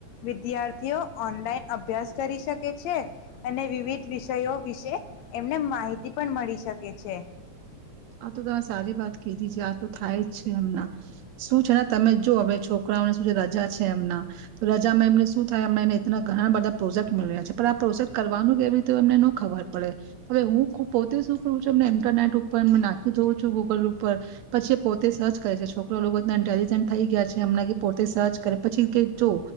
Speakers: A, on the left; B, on the right.
A: વિદ્યાર્થીઓ ઓનલાઈન અભ્યાસ કરી શકે છે, અને વિવિધ વિષયો વિશે એમને માહિત પણ મળી શકે છે.
B: આ તો તમે સારી વાત કીધી છે. આ તો થાય જ છે એમના શું છે ને તમે જો હવે છોકરાઓને શું છે રજા છે એમના તો રજામાં એમને શું થાય એમને એના ઘણા બધા પ્રોજેક્ટ મેળવ્યા છે. પણ આ પ્રોજેક્ટ કરવાનું કેવી રીતે એમને ની ખબર પડે હવે હું પોતે શું કરું છું એમને ઇન્ટરનેટ ઉપ પણ નાખી દઉં છું ગૂગલ ઉપર પછી એ પોતે સર્ચ કરે છે છોકરા લોકો એ ઇન્ટેલિજન્ટ થઈ ગયા છે એમ પોતે સર્ચ કરે પછી કે જો